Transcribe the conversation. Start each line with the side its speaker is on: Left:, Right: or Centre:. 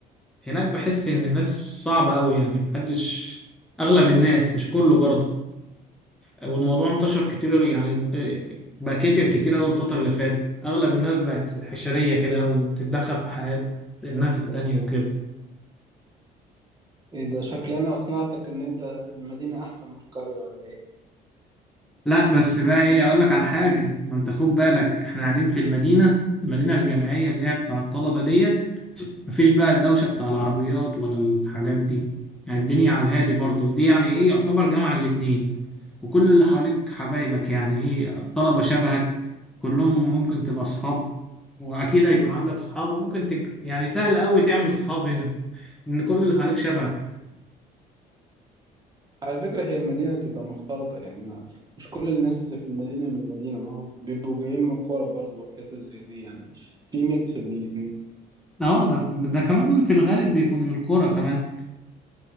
Centre: هناك بحس ان الناس صعبه قوي يعني محدش اغلب الناس مش كله برضو والموضوع انتشر كتير يعني بقى كتير كتير قوي الفتره اللي فاتت اغلب الناس بقت حشريه كده قوي وبتتدخل في حياه الناس التانية وكده
Right: إيه ده شكلنا أقنعتك إن أنت المدينة أحسن من القرية ولا إيه؟
Centre: لا بس بقى ايه اقول لك على حاجه ما انت خد بالك احنا قاعدين في المدينه المدينه الجامعيه اللي هي بتاع الطلبه ديت مفيش بقى الدوشة بتاع العربيات ولا الحاجات دي يعني الدنيا على الهادي برضو دي يعني ايه يعتبر جامعة الاتنين وكل اللي حواليك حبايبك يعني ايه طلبة شبهك كلهم ممكن تبقى صحاب واكيد هيكون عندك صحاب وممكن تج... يعني سهل قوي تعمل صحاب هنا ان كل اللي حواليك شبهك
Right: على فكرة هي المدينة تبقى مختلطة يعني ما مش كل الناس اللي في المدينة من المدينة ما هو بيبقوا جايين من القرى برضه وحتت زي دي يعني في ميكس بين الاتنين
Centre: اه ده ده كمان في الغالب بيكون من الكورة كمان